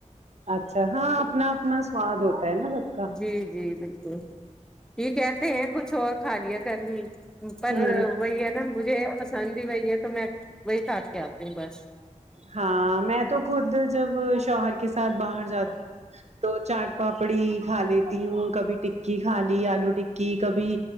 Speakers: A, on the right; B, in the centre.
A: اچھا ہاں اپنا اپنا سواد ہوتا ہے نا سب کا
B: جی جی بالکل یہ کہتے ہیں کچھ اور کھا لیا کر
A: اور
B: پر وہی ہے نا مجھے پسند ہی وہی ہے تو میں وہی کھاکے آتی ہوں بس
A: ہاں میں تو خود جب شوہر کے ساتھ باہر جاتی ہ تو چاٹ پاپڑی کھا لیتی ہوں کبھی ٹکی کھا لی آلو ٹکی کبھی